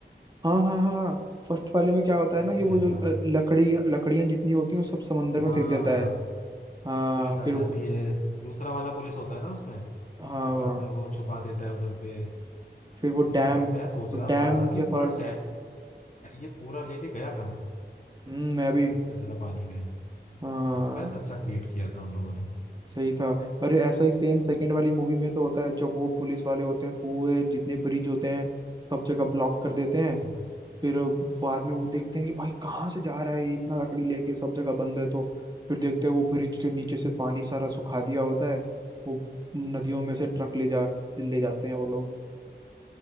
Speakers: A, on the right (about 20°); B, on the left (about 40°).
A: हाँ हाँ हाँ फर्स्ट वाले में क्या होता
B: पहले
A: है ना कि
B: में
A: वो
B: है,
A: जो
B: हाँ
A: अ, लकड़ी लकड़ियां जितनी होती हैं वो सब समंदर में
B: हाँ
A: फेंक देता है हाँ
B: पुलिस आ
A: फिर
B: जाती
A: वो-
B: है दूसरा वाला पुलिस होता है ना उसमें
A: हाँ
B: फिर बाद में वो छुपा देता है उधर पे
A: फिर
B: तो
A: वो
B: वो
A: डैम
B: भाई मैं सोच रहा
A: डैम
B: था कि
A: के
B: पूरा
A: पास
B: टै ये पूरा लेके गया कहाँ
A: हम्म, मैं
B: बाद
A: भी
B: में पता चला पानी में
A: हाँ
B: सस्पेंस अच्छा क्रिएट किया था उन लोगों ने
A: सही था अरे ऐसा ही सेम सेकंड वाली मूवी में तो होता है जब वो पुलिस वाले होते हैं पूरे जितने ब्रिज होते हैं सब जगह ब्लॉक कर देते हैं
B: हाँ हाँ।
A: फिर बाद में वो देखते हैं कि भाई कहाँ से जा रहा है ये इतना लकड़ी लेके सब जगह बंद है तो फिर देखते हैं वो ब्रिज के नीचे से पानी सारा सुखा दिया होता है वो नदियों में से ट्रक ले जा ले जाते हैं वो लोग